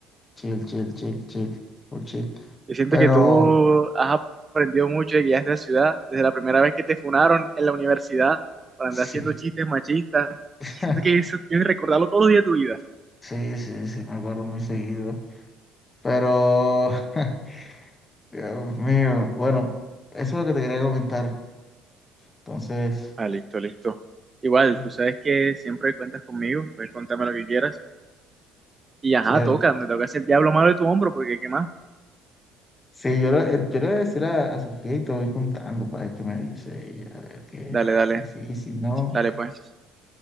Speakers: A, on the left; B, on the right.
A: Chill, chill, chill, chill, muy chill.
B: Yo siento
A: Pero
B: que tú has aprendido mucho de guías de la ciudad, desde la primera vez que te funaron en la universidad para
A: sí,
B: andar haciendo chistes machistas.
A: <laughs>
B: Siento que eso tienes que recordarlo todos los días de tu vida.
A: sí, sí, sí, me acuerdo muy seguido. Pero, <laughs> Dios mío, bueno, eso es lo que te quería comentar. Entonces,
B: Ah, listo, listo. Igual,
A: o
B: tú sabes que siempre cuentas conmigo, puedes contarme lo que quieras. Y ajá,
A: sea,
B: toca, me toca hacer el diablo malo de tu hombro, porque ¿qué más?
A: sí, yo le, yo le voy a decir a, a Sofía y te voy contando para ver qué me dice ella, a ver qué,
B: Dale, dale,
A: sí, sí, si no.
B: dale pues.